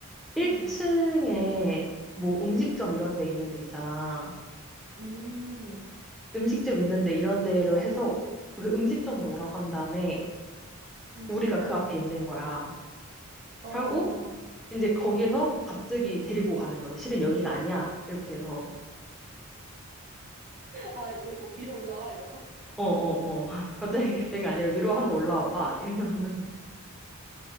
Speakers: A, in the centre; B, on the right (about 35°).
A: 1층에
B: 음,
A: 뭐 음식점 이런 데 있는 데 있잖아.
B: 음.
A: 음식점 있는 데 이런 데로 해서 그 음식점으로 오라고 한 다음에
B: 응응.
A: 우리가 그 앞에 있는 거야.
B: 어어어.
A: 하고 이제 거기에서 갑자기 데리고 가는 거지. 실은 여기가 아니야. 이렇게 해서
B: 아, 이거 위로 올라와 이러고.
A: 어, 어, 어. <laughs> 갑자기 여기 아니라 위로 한번
B: <laughs>
A: 올라와
B: 어,
A: 봐. <laughs> 이러면은